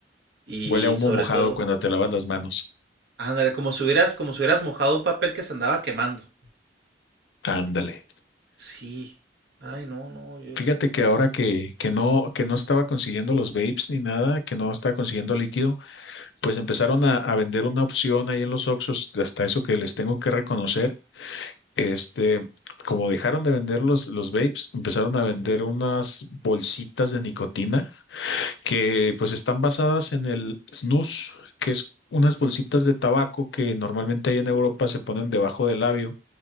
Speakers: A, on the right; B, on the left.
A: Y
B: Huele a humo
A: sobre
B: mojado
A: todo,
B: cuando te lavas las manos.
A: ándale, como si hubieras, como si hubieras mojado un papel que se andaba quemando.
B: Ándale.
A: Sí. Ay, no, no, yo.
B: Fíjate que ahora que, que no, que no estaba consiguiendo los vapes ni nada, que no estaba consiguiendo líquido, pues empezaron a, a vender una opción ahí en los Oxxos, hasta eso que les tengo que reconocer. Este, como dejaron de vender los, los vapes, empezaron a vender unas bolsitas de nicotina que pues están basadas en el snus, que es unas bolsitas de tabaco que normalmente ahí en Europa se ponen debajo del labio